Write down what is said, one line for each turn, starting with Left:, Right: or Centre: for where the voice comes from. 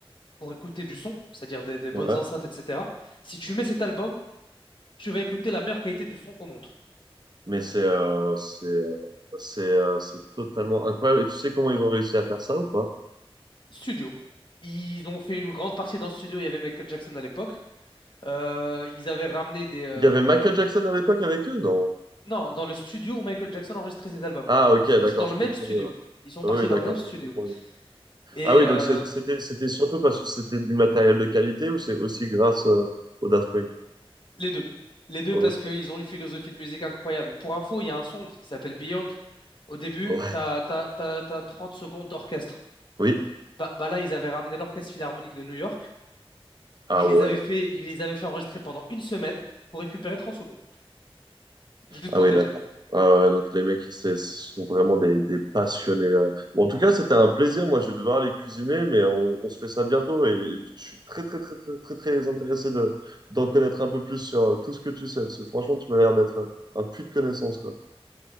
Left: pour écouter du son, c'est-à-dire des, des
Right: Ouais.
Left: bonnes enceintes, etc., si tu mets cet album, tu vas écouter la meilleure qualité du son au monde.
Right: Mais c'est euh, c'est euh, c'est euh, c'est totalement incroyable. Et tu sais comment ils ont réussi à faire ça ou pas?
Left: Studio. Ils ont fait une grande partie dans le studio, il y avait Michael Jackson à l'époque. Euh, ils avaient ramené des... euh,
Right: Il y avait Michael Jackson à l'époque avec eux? Non.
Left: Non, dans le studio où Michael Jackson a enregistré ses albums.
Right: Ah, ok,
Left: Ils sont partis
Right: d'accord,
Left: dans
Right: je
Left: le même
Right: comprends.
Left: studio.
Right: mieux, ouais.
Left: Ils sont
Right: Oui,
Left: partis
Right: d'accord,
Left: dans le même studio.
Right: ça je comprends. mieux.
Left: Et
Right: Ah oui,
Left: euh,
Right: donc c'est- c'était c'était surtout parce que c'était du matériel de qualité ou c'est aussi grâce euh, au Daft Punk?
Left: les deux. Les deux
Right: Ok.
Left: parce qu'ils ont une philosophie de musique incroyable. Pour info, il y a un son qui s'appelle Beyond. Au début,
Right: Ouais.
Left: t'as, t'as, t'as- t'as 30 secondes d'orchestre.
Right: Oui.
Left: Bah, bah là, ils avaient ramené l'Orchestre Philharmonique de New York.
Right: Ah
Left: Ils
Right: ouais.
Left: les avaient fait, ils les avaient fait enregistrer pendant une semaine pour récupérer 30 secondes. Juste
Right: Ah
Left: pour
Right: oui,
Left: te
Right: d'accord.
Left: dire.
Right: Ah ouais, ouais, donc les mecs, c'est- ce sont vraiment des, des passionnés. euh. Bon, en tout cas, c'était un plaisir. Moi, je vais devoir aller cuisiner, mais on, on se fait ça bientôt. Et je suis très, très, très, très, très, très intéressé de, d'en connaître un peu plus sur euh, tout ce que tu sais. Parce que franchement, tu m'as l'air d'être un puits de connaissances, quoi.